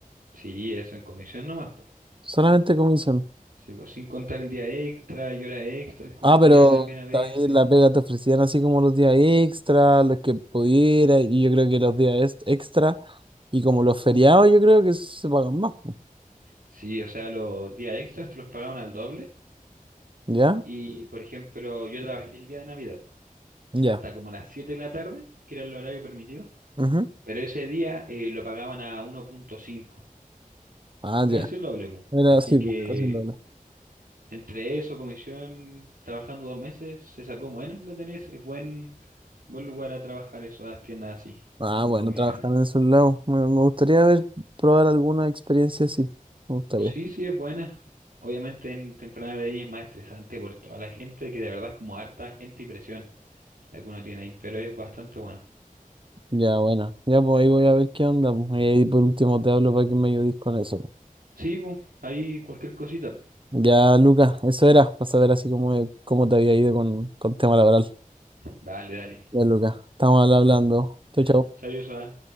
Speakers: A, on the right (about 85°); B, on the right (about 35°).
A: Sí, eso en comisión nomás, pues.
B: Solamente comisión.
A: Sí, pues sin contar el día extra y horas extras que
B: Ah,
A: uno hacía
B: pero
A: también a veces.
B: también la pega te ofrecían así como los días extra, los que pudiera, y yo creo que los días ex- extra, y como los feriados, yo creo que se pagan más, pues.
A: Sí, o sea, los días extras te los pagaban al doble.
B: ¿Ya?
A: Y, por ejemplo, yo trabajé el día de Navidad
B: Ya.
A: hasta como las 7 de la tarde, que era el horario permitido,
B: Ujú.
A: pero ese día eh, lo pagaban a uno punto cinco
B: Ah,
A: casi
B: ya.
A: el doble. pu.
B: Era
A: Así
B: así,
A: que
B: pues, casi un doble.
A: entre eso, comisión, trabajando dos meses, se sacó buena plata en ese. Es buen, buen lugar a trabajar esas tiendas así,
B: Ah,
A: con
B: bueno,
A: comisiones.
B: trabajar en esos lados. Me, me gustaría ver, probar alguna experiencia así. Me gustaría.
A: Sí, sí, es buena. Obviamente en temporada navideña es más estresante por toda la gente, que de verdad es como harta gente y presión la que uno tiene ahí, pero es bastante bueno.
B: Ya, bueno. Ya, pues ahí voy a ver qué onda, pues. Y ahí por último te hablo para que me ayudes con eso. pues.
A: Sí, pu, ahí cualquier cosita. pu.
B: Ya, Lucas, eso era, para saber así cómo cómo te había ido con, con tema laboral.
A: Dale, dale.
B: Ya, Lucas, estamos hablando. Chau,
A: Ya.
B: chau.
A: Chao, Yosa.